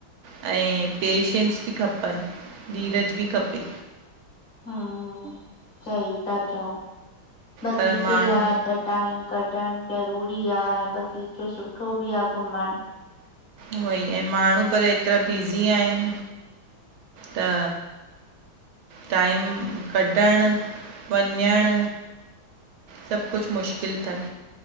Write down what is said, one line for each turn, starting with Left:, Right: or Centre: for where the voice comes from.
Right: ऐं पेशंस बी खपन, धीरज बी खपे।
Left: हां सई था चओ बगीचे
Right: पर माण्हू
Left: लाइ त टाइम कढणु ज़रूरी आहें, ऐं बगीचो सुठो बी आह घुमण
Right: उहेई, ऐं माण्हूं पर एतरा बिज़ी आहिन त टाइम कढण, वञण सभ कुछ मुश्किल थन